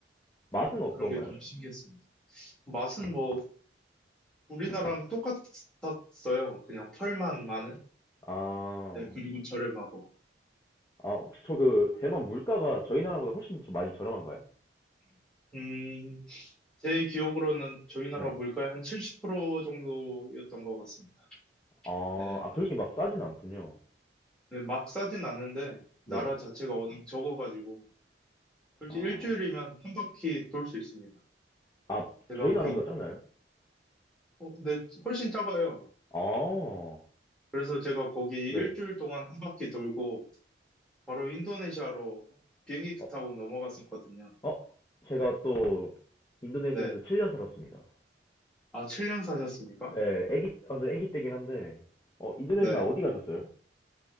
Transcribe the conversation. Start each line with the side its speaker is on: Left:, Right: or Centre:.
Left: 맛은
Centre: 네,
Left: 어떤가요?
Centre: 그런 게 좀 신기했습니다. 맛은 뭐 우리나라랑 똑같았어요. 그냥 펄만 많은.
Left: 아,
Centre: 네, 그리고 저렴하고.
Left: 아, 혹시 저 그 대만 물가가 저희 나라보다 훨씬 좀 많이 저렴한가요?
Centre: 음, 제 기억으로는 저희 나라
Left: 네.
Centre: 물가의 한 70% 정도였던 것 같습니다.
Left: 아,
Centre: 네,
Left: 아, 그렇게 막 싸진 않군요.
Centre: 네, 막 싸진 않는데 나라
Left: 네.
Centre: 자체가 워낙 적어가지고 솔직히
Left: 아,
Centre: 일주일이면 한 바퀴 돌 수 있습니다.
Left: 아,
Centre: 제가
Left: 저희 나라보다
Centre: 그,
Left: 작나요?
Centre: 어, 네, 훨씬 작아요.
Left: 아,
Centre: 그래서 제가 거기
Left: 네.
Centre: 일주일 동안 한 바퀴 돌고 바로 인도네시아로 비행기
Left: 어,
Centre: 타고 넘어갔었거든요.
Left: 어, 제가 또 인도네시아에서
Centre: 네.
Left: 7년 살았습니다.
Centre: 아, 7년 사셨습니까?
Left: 예, 애기, 어, 저 애기 때긴 한데, 어, 인도네시아
Centre: 네.
Left: 어디 가셨어요?